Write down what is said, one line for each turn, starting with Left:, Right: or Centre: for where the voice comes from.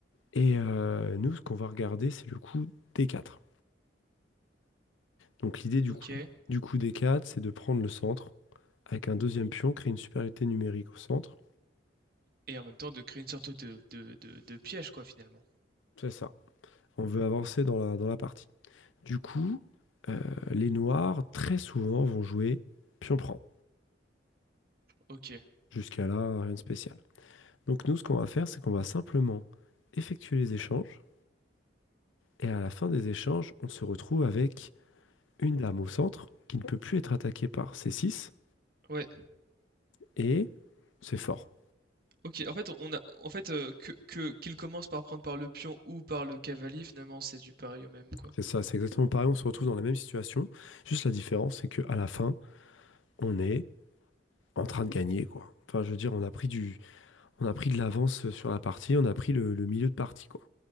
Left: Et euh, nous, ce qu'on va regarder, c'est le coup D4. Donc l'idée du
Right: OK
Left: coup,
Right: et
Left: du coup D4, c'est de prendre le centre avec un deuxième pion, créer une supériorité numérique au centre.
Right: et en même temps de créer une sorte de de de de piège quoi finalement.
Left: C'est ça. On veut avancer dans la, dans la partie. Du coup, euh, les noirs, très souvent, vont jouer pion prend.
Right: OK.
Left: Jusqu'à là, rien de spécial. Donc nous, ce qu'on va faire, c'est qu'on va simplement effectuer les échanges. Et à la fin des échanges, on se retrouve avec une dame au centre qui ne peut plus être attaquée par c six
Right: Ouais,
Left: Et c'est fort.
Right: OK. En fait, on a en fait, heu, que que qu'il commence par prendre par le pion ou par le cavalier, finalement, c'est du pareil au même, quoi.
Left: C'est ça, c'est exactement pareil. On se retrouve dans la même situation. Juste la différence, c'est qu'à la fin, on est en train de gagner, quoi. Enfin, je veux dire, on a pris, du, on a pris de l'avance sur la partie, on a pris le, le milieu de partie, quoi.